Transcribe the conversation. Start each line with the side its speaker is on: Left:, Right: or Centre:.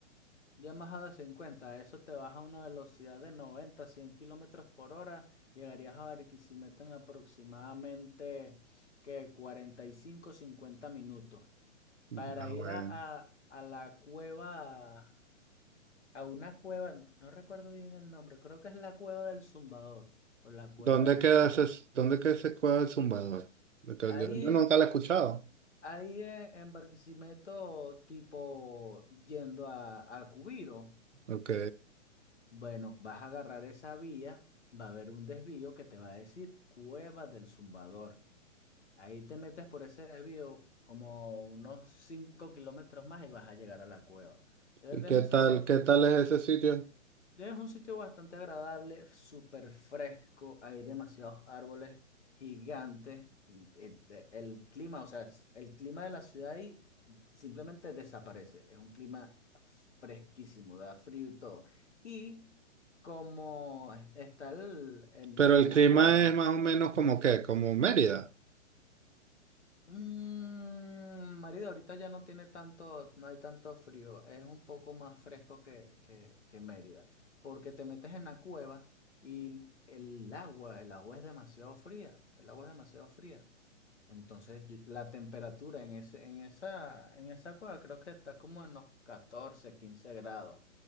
Left: Yamaha de cincuenta eso te baja a una velocidad de 90 100 kilómetros por hora, llegarías a Barquisimeto en aproximadamente que 45 50 minutos.
Right: Mm,
Left: Para
Right: Ah,
Left: ir
Right: bueno.
Left: a, a- a la cueva, a una cueva, no recuerdo bien el nombre, creo que es la cueva del Zumbador o la cueva
Right: ¿Dónde
Left: del
Right: queda
Left: Guachar.
Right: ese, dónde queda ese cuadro del zumbador? Porque
Left: Ahí,
Right: Yo, yo nunca lo he escuchado.
Left: ahí eh, en Barquisimeto, tipo yendo a, a Cubiro.
Right: Ok.
Left: Bueno, vas a agarrar esa vía, va a haber un desvío que te va a decir Cueva del Zumbador. Ahí te metes por ese desvío como unos 5 kilómetros más y vas a llegar a la cueva. De verdad
Right: ¿Y qué
Left: es un sitio
Right: tal, qué tal es ese sitio?
Left: es un sitio bastante agradable, súper fresco, hay demasiados árboles gigantes. y- y de- El clima, o sea, es- el clima de la ciudad ahí simplemente desaparece. Es un clima fresquísimo, da frío y todo. Y como es- está el- en,
Right: Pero
Left: en
Right: el
Left: la
Right: clima
Left: cueva,
Right: es más o menos como que, como Mérida.
Left: Mm, Mérida ahorita ya no tiene tanto, no hay tanto frío, es un poco más fresco que, que, que Mérida, porque te metes en la cueva y el agua, el agua es demasiado fría, el agua es demasiado fría. Entonces yo- la temperatura en ese, en esa, en esa cueva creo que está como en los catorce, quince grados,